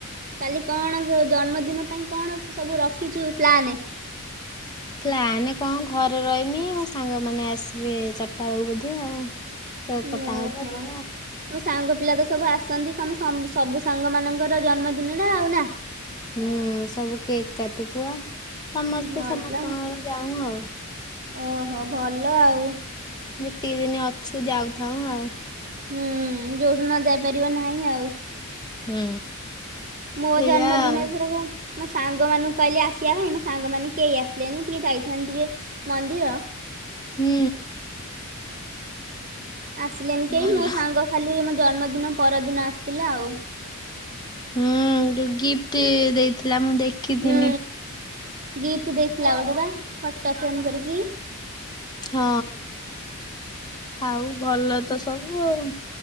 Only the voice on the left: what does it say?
ପ୍ଲାନ୍ କଅଁ ଘରେ ରଇମି ମୋ ସାଙ୍ଗମାନେ ଆସିବେ ଚାରିଟା ବେଳକୁ ବୋଧେ ଆଉ। କେକ୍
କଟା ହବ ଏଇଆା ଆଉ।
ହୁଁ ସବୁ କେକ୍ କାଟୁ ପୁଆ ସମସ୍ତେ
ସମସ୍ତଙ୍କର ଯାଉ ଆଉ।
ଯେତିକି ଦିନ ଅଛୁ ଯାଉଥାଉ ଆଉ।
ହୁଁ।
ସେଇଆ
ଆଉ
ହୁଁ।
ଭଲ।
ହୁଁ ଯୋଉ ଗିଫ୍ଟ ଦେଇଥିଲା ମୁଁ ଦେଖିଥିନି।
ହଁ। ଆଉ ଭଲ ତ ସବୁ ଆଉ